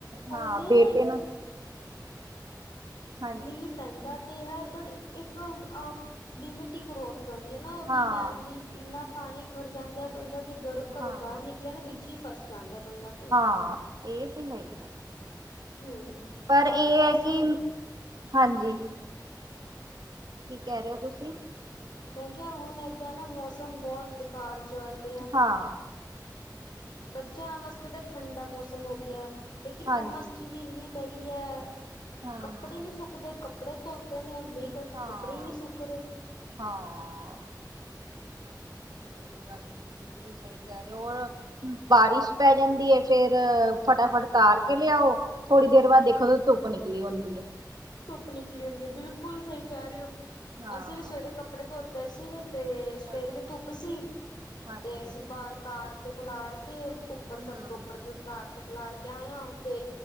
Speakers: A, on the left (about 85°); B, on the right (about 65°).
A: ਹੁਣ
B: ਹਾਂ
A: ਤੇ
B: ਬੇਟੇ
A: ਨਾ
B: ਨੂੰ ਹਾਂ
A: ਮੀ ਪੈਂਦਾ ਤੇ ਹੈ। ਪਰ ਇੱਕ ਲਿਮਿਟ ਈ ਕਰੋਸ ਜਾਂਦੀ ਹੈ। ਨਾ ਉਹਦੀ
B: ਹਾਂ
A: ਪੈਣ ਦੀ ਇੰਨਾ ਪਾਣੀ ਖੜ ਜਾਂਦਾ ਬੰਦਾ ਜੇ ਬਰ ਘਰੋਂ
B: ਹਾਂ
A: ਬਾਰ ਨਿਕਲਿਆ ਨਾ ਵਿੱਚ ਹੀ ਫੱਸ ਜਾਂਦਾ ਹੈ। ਬੰਦਾ ਤੇ
B: ਹਾਂ ਇਹ ਤੇ ਹੈਹੀ ਆ,
A: ਹਮ
B: ਪਰ
A: ਹੁਣ
B: ਇਹ
A: ਮੌਸਮ
B: ਹੈ ਕਿ ਹਾਂਜੀ ਕੀ ਕਹਿ ਰਹੇ ਹੋ ਤੁਸੀਂ
A: ਮੈਂ ਕਿਆ ਹੁਣ ਏਦਾਂ ਨਾ ਮੌਸਮ ਬਹੁਤ ਬੇਕਾਰ ਜਿਹਾ ਹੋਇਆ ਪਇਆ
B: ਹਾਂ
A: ਬੱਚਿਆਂ ਵਾਸਤੇ ਤਾਂ ਠੰਡਾ ਮੌਸਮ ਹੋ ਗਿਆ, ਲੇਕਿਨ
B: ਹਾਂਜੀ
A: ਹੁਮਸ ਜੀ ਵੀ ਇੰਨੀ ਕਰੀ ਹੈ।
B: ਹਮ
A: ਕੱਪੜੇ ਨੀ ਸੁੱਕਦੇ ਕੱਪੜੇ ਧੋਤੇ ਨੇ ਮੀਂ ਕਰਕੇ
B: ਹਾਂ
A: ਕੱਪੜੇ ਹੀ ਨਈ ਸੁਕ ਰਹੇ
B: ਹਾਂ ਇਹ ਤੇ ਗੱਲ ਤੁਸੀਂ ਬਿਲਕੁਲ ਸਹੀ ਕਹਿ ਰਹੇ ਹੋ ਓਰ ਬਾਰਿਸ਼ ਪੈ ਜਾਂਦੀ ਹੈ। ਫੇਰ ਫਟਾਫਟ ਉਤਾਰ ਕੇ ਲਿਆਓ ਥੋੜ੍ਹੀ ਦੇਰ ਬਾਅਦ ਦੇਖੋ ਧੁਪ ਨਿਕਲੀ ਹੁੰਦੀ ਹੈ
A: ਧੁੱਪ ਨਿਕਲੀ ਹੁੰਦੀ ਹੈ ਬਿਲਕੁਲ ਸਹੀ ਕਹਿ ਰਹੇ ਹੋ
B: ਹਾਂ
A: ਅਸੀਂ ਵੀ ਸਵੇਰੇ ਕੱਪ ਕੱਪੜੇ ਧੋਤੇ ਸੀ ਤੇ ਸਵੇਰੇ
B: ਅੱਛਾ
A: ਤੇ ਧੁੱਪ ਸੀ
B: ਹਾਂਜੀ
A: ਤੇ ਅਸੀਂ ਬਾਹਰ ਤਾਰ ਤੇ ਖਿਲਾਰ ਤੇ ਉੱਪਰ ਸਭ
B: ਹੂੰ
A: ਤੋਂ ਉੱਪਰ ਤਾਰ ਤੇ ਖਿਲਾਰ ਕੇ ਆਏ ਆ ਤੇ